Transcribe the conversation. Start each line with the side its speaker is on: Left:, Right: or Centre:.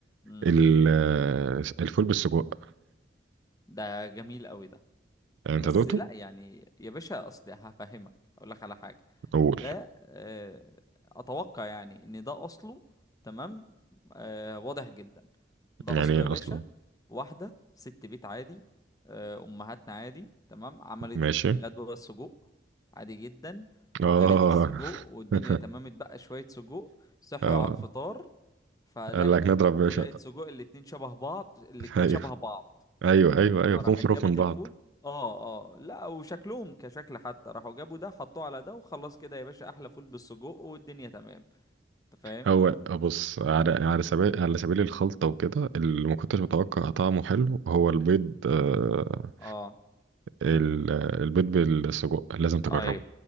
Left: امم
Right: ال... الفول بالسجق
Left: ده جميل قوي ده
Right: انت
Left: بس
Right: دوقته
Left: لا يعني يا باشا اصل هفهمك اقول لك على حاجه
Right: قول
Left: ده آه، اتوقع يعني ان ده اصله تمام آه، واضح جدا ده
Right: يعني
Left: اصله
Right: ايه
Left: يا باشا
Right: اصله
Left: واحده ست بيت عادي آه، امهاتنا عادي تمام عملت
Right: ماشي
Left: غدوه سجق عادي جدا وكلت
Right: اه
Left: السجق والدنيا
Right: <laughs>
Left: تمام اتبقى شويه سجق صحوا
Right: اه
Left: على الفطار فلقت
Right: قال لك
Left: فول
Right: نضرب يا باشا
Left: ولقت سجق الاتنين شبه بعض الاتنين
Right: <laughs> ايوه
Left: شبه بعض
Right: ايوه ايوه ايوه
Left: فراحت
Right: فيهم حروف
Left: جابت
Right: من بعض
Left: الفول اه اه لا وشكلهم كشكل حتى راحوا جابوا ده حطوه على ده وخلاص كده يا باشا احلى فول بالسجق والدنيا تمام انت فاهم
Right: هو بص على على سبيل على سبيل الخلطه وكده اللي ما كنتش متوقع طعمه حلو هو البيض آه،
Left: اه
Right: ال- البيض بالسجق لازم تجربه
Left: ايوه